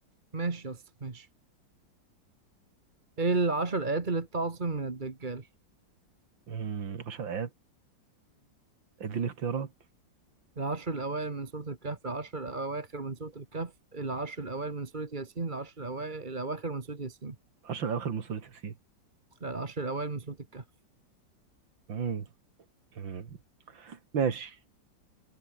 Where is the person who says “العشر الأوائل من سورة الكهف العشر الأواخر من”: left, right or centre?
Right